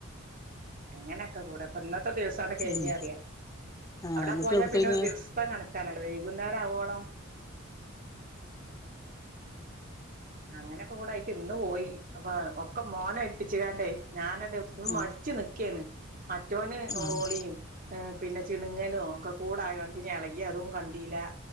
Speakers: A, on the right (about 45°); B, on the left (about 15°).
A: അങ്ങനൊക്കെ കൂടെപ്പ ഇന്ന ഇത്തെ ദിവസാണ് കഴിഞ്ഞഞ്
B: ഉം
A: അറിയ
B: ആഹ്
A: അവിടെ
B: എന്നിട്ട്
A: പോയാ
B: എവിട്ക്കോയിന്
A: പിന്നെ ഒരു ദിവസത്തെ കണക്കാണല്ല. വകുന്നേരം ആവണോ <inaudible> അങ്ങനെക്ക കൂടെ ആയിട്ട് ഇന്ന് പോയി അപ്പൊ ഒക്കെ മോന ഏൽപ്പിച്ക്കാണ്ടേ ഞാന ഇ
B: ആഹ്
A: മടിച്ചു നക്കേന്ന് മറ്റവന് നളോളിയും
B: ആഹ്
A: പിന്നെ ചിണുങ്ങലും ഒക്കെ കൂടായ എനിക്ക് ഇളകി അതും കണ്ടീല്ല